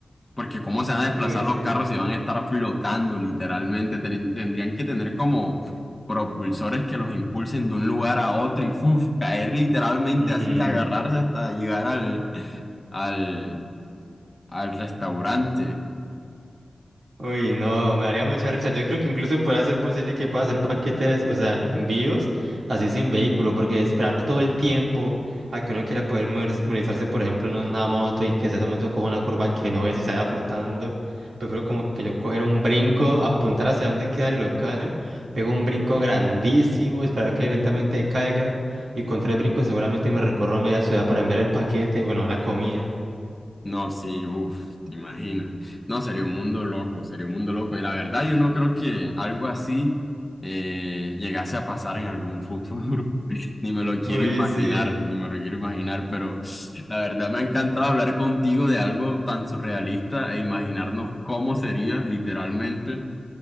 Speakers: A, on the left (about 15°); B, on the right (about 80°).
A: Porque cómo se van a desplazar
B: Uy,
A: los
B: sí.
A: carros si van a estar flotando literalmente. Ten- tendrían que tener como propulsores que los impulsen de un lugar a otro y ¡fuf! caer literalmente
B: Ujú.
A: así, agarrarse hasta llegar al, al, al restaurante.
B: Uy, no, me daría mucha risa. Yo creo que incluso podría ser posible que pueda hacer paquetes, o sea, envíos, así sin vehículo, porque esperar todo el tiempo a que uno quiera poder mover- movilizarse, por ejemplo, en una moto y que esa moto coja una curva que no es y se vaya flotando. Prefiero como que yo coger un brinco, apuntar hacia donde queda el local, pego un brinco grandísimo, esperar que lentamente caiga y con tres brincos seguramente me recorro media ciudad para enviar el paquete, bueno, la comida.
A: No, sí, uff, te imaginas. No, sería un mundo loco, sería un mundo loco. Y la verdad, yo no creo que algo así eh, llegase a pasar en algún futuro. <laughs> Ni me lo quiero
B: Uy,
A: imaginar,
B: sí.
A: ni me lo quiero imaginar, pero la verdad me ha encantado hablar contigo de algo tan surrealista e imaginarnos cómo sería literalmente.